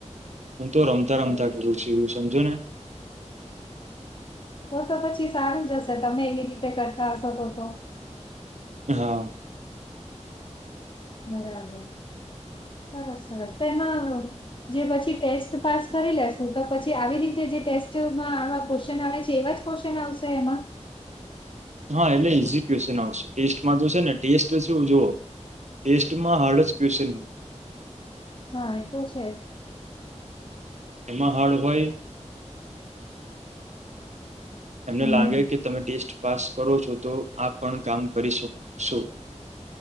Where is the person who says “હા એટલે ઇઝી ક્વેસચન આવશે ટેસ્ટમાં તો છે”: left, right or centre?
Right